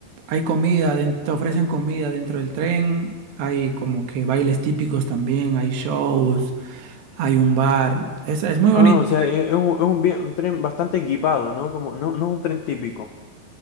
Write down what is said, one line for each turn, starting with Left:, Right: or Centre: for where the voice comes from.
Right: hay comida, den- te ofrecen comida dentro del tren, hay como que bailes típicos también, hay shows, hay un bar. Es, es muy bonito.
Left: Ah, o sea, es es un, es un bien- un tren bastante equipado, ¿no? Como, no, no es un tren típico.